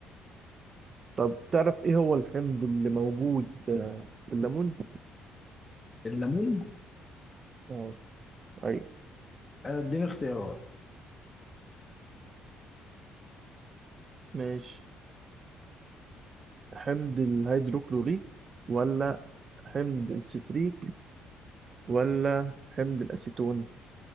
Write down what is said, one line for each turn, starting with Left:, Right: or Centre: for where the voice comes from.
Right: طب تعرف ايه هو الحمض اللي موجود آه، في الليمون؟
Left: الليمون
Right: اه اي
Left: آه، اديني اختيارات
Right: ماشي حمض الهيدروكلوريك ولا حمض الستريك ولا حمض الأسيتون؟